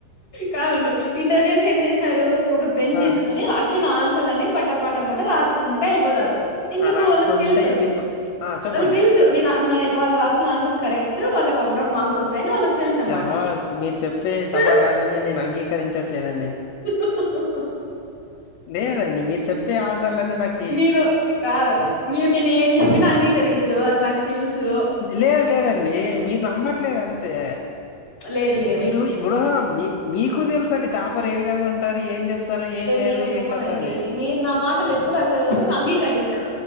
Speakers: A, on the left (about 20°); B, on the left (about 80°).
A: కాదుండు ఇంటెలిజెన్స్ ఏం చేస్తారు ఒక పెన్ తీసుకుని
B: ఆ
A: వి ఆచ్చిన ఆన్సర్లని పట్ట పట్ట పడి రా కుంటేళ్ళిపోతారు ఎందుకు
B: ఆ రాసుకుంటే
A: వాళ్ళకి తెలుసు
B: వెళ్ళిపో ఆ చెప్పండి
A: వాళ్ళకి తెలుసు చు నే వాళ్ళు రాసిన ఆన్సర్ కరెక్ట్ వాళ్ళకి అవుటఫ్ మార్క్స్ వస్తయని వాళ్ళకి తెలుసు అనమాట
B: చబాస్ మీరు చెప్పే
A: చూడు
B: సమాధానాన్ని నేను అంగీకరించట్లేదండి
A: <unintelligible>
B: లేదండి మీరు చెప్పే ఆన్సర్లన్నీ నాకి
A: మీరు కాదు మీరు నేను ఏం చెప్పినిన అంగీకరించరు అది నాకు తెలుసు
B: లేదు లేదండి మీరు నమ్మట్లేదంతే
A: లేదు లేదు
B: మీరు ఇప్పుడు మీ మీకు తెలుసు అది టాపర్ ఏ విధంగమ్ టర్ ఏం చేస్తారు ఏం లేదు
A: నేను ఒప్పుకోనండి
B: ఏం కథ అని
A: ఇది మీరు నా మాటలు ఎప్పుడు అసలు అంగీకరించరు